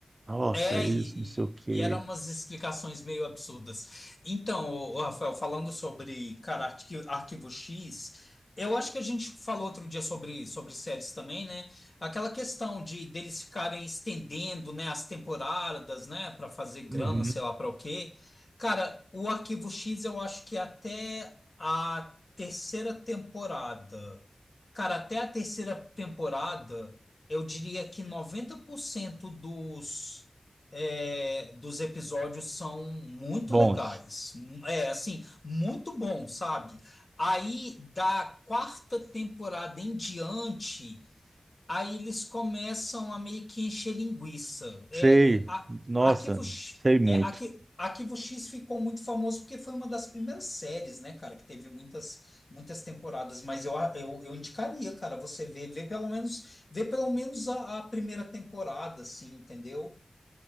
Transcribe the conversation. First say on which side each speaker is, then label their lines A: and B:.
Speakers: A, on the right; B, on the left.
A: Nossa,
B: É,
A: isso,
B: e,
A: não sei o quê.
B: e- e eram umas explicações meio absurdas. Então, ô- ô, Rafael, falando sobre, cara, Arqui- Arquivo X, eu acho que a gente falou outro dia sobre, sobre séries também, né? Aquela questão de deles ficarem estendendo, né, as temporadas, né, para fazer grana,
A: Uhum.
B: sei lá para o quê. Cara, o Arquivo X eu acho que até a terceira temporada. Cara, até a terceira temporada, eu diria que 90% dos é, dos episódios são muito
A: Bons.
B: legais. É, assim, muito bom, sabe? Aí, da quarta temporada em diante, aí eles começam a meio que encher linguiça. É,
A: Sei.
B: é, a,
A: Nossa,
B: Arquivo, X-
A: sei muito.
B: é, Arqui- Arquivo X ficou muito famoso porque foi uma das primeiras séries, né, cara, que teve muitas. Muitas temporadas, mas eu, eu, eu indicaria, cara, você ver, ver pelo menos, ver pelo menos a, a primeira temporada, assim, entendeu?